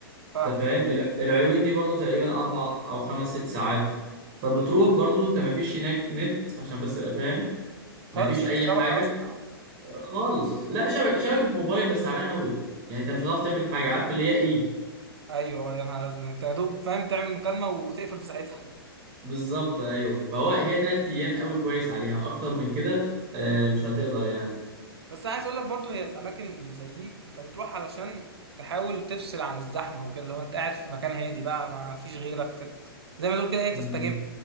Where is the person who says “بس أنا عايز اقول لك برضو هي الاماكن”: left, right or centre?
Right